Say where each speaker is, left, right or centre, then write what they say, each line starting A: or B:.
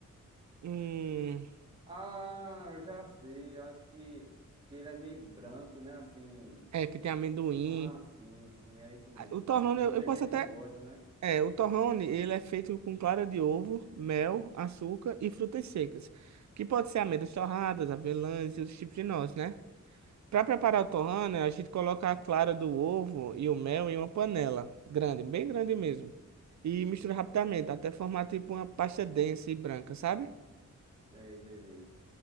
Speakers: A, on the right; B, on the right.
A: hum,
B: Ah, eu já sei, eu acho que, que ele é meio branco, né? Assim.
A: é, que tem amendoim.
B: Ah, sim, sim, é isso mesmo.
A: Ah, O torrone,
B: Que muita
A: eu, eu posso
B: gente
A: até,
B: não gosta, né?
A: é, o torrone, ele é feito com clara de ovo, mel, açúcar e frutas secas, que pode ser amêndoas torradas, avelãs e outros tipos de nozes, né? Para preparar o torrano, a gente coloca a clara do ovo e o mel em uma panela grande, bem grande mesmo. E mistura rapidamente, até formar tipo uma pasta densa e branca, sabe?
B: É, Entendi.